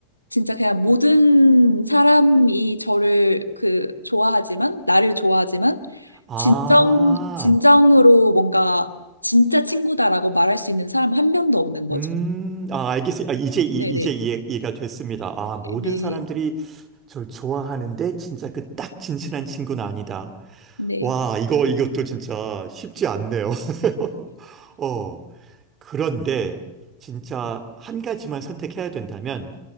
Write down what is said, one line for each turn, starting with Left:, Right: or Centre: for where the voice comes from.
Left: 진짜 그냥 모든 사람이 저를 그 좋아하지만, 나를 좋아하지만,
Right: 아,
Left: 진정, 진정으로 뭔가 진짜 친구다라고 말할 수 있는 사람 한 명도 없는 거죠.
Right: 음, 아, 알겠어요. 아, 이제, 이,
Left: 네네,
Right: 이제 이해, 이해가 됐습니다. 아, 모든
Left: 네,
Right: 사람들이 저를 좋아하는데 진짜 그 딱 진실한 친구는 아니다.
Left: 네.
Right: 와, 이거, 이것도 진짜 쉽지 않네요. <laughs> 어, 그런데 진짜 한 가지만 선택해야 된다면